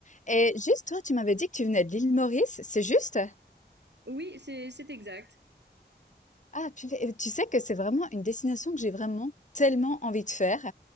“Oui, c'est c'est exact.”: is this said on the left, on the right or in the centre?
Right